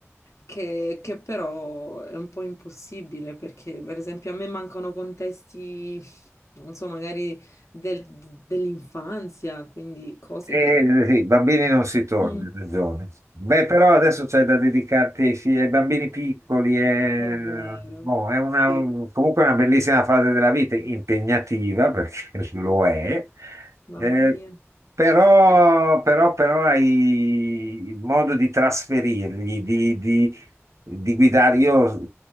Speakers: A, on the left; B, on the right.
A: che, che però è un po' impossibile perché, per esempio, a me mancano contesti, non so, magari del- dell'infanzia, quindi cose
B: Eh,
A: che...
B: eh, sì, bambini non si torna,
A: Mm.
B: hai ragione. Beh, però adesso c'è da dedicarti ai, figli, ai bambini piccoli, è,
A: È vero,
B: boh, è una,
A: sì,
B: comunque una bellissima fase della vita, impegnativa perché <laughs> lo è,
A: mamma
B: eh,
A: mia.
B: però, però, però hai modo di trasferirgli, di, di- di guidare. Io